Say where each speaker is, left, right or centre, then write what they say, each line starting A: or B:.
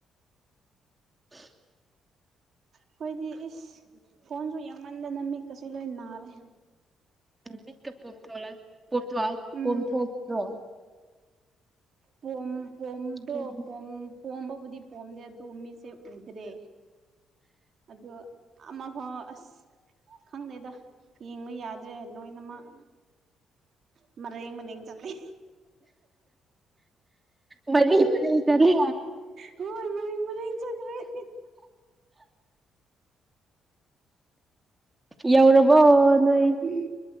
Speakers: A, on the right; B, on the right.
A: <inaudible>
B: ꯑꯩꯈꯣꯏꯗꯤ ꯏꯁ ꯐꯣꯟꯁꯨ ꯌꯦꯡꯃꯟꯗꯅ ꯃꯤꯠꯀꯁꯤ ꯂꯣꯏ ꯅꯥꯔꯦ
A: ꯃꯤꯠꯀ ꯄꯣꯝꯊꯣꯛꯂꯛ ꯄꯣꯝꯊꯣꯛ
B: ꯎꯝ
A: ꯄꯣꯝꯊꯣꯛꯇ꯭ꯔꯣ
B: ꯄꯣꯝ ꯄꯣꯝ ꯗꯣ
A: ꯎꯝ
B: ꯄꯣꯝ ꯄꯣꯝꯕꯕꯨꯗꯤ ꯄꯣꯝꯗꯦ ꯑꯗꯨꯕꯨ ꯃꯤꯠꯁꯦ ꯎꯗ꯭ꯔꯦ ꯑꯗꯨꯒ ꯑꯃꯐꯥꯎ ꯑꯁ ꯈꯪꯗꯦꯗ ꯌꯦꯡꯕ ꯌꯥꯗ꯭ꯔꯦ ꯂꯣꯏꯅꯃꯛ
A: <inaudible>
B: ꯃꯔꯦꯡ ꯃꯔꯦꯡ ꯆꯠꯂꯦ
A: ꯃꯔꯦꯡ ꯃꯔꯦꯡ ꯆꯠꯂꯦ
B: ꯍꯣꯏ ꯃꯔꯦꯡ ꯃꯔꯦꯡ ꯆꯠꯈ꯭ꯔꯦ <inaudible>
A: ꯌꯧꯔꯕꯣ ꯅꯣꯏ
B: ꯎꯝ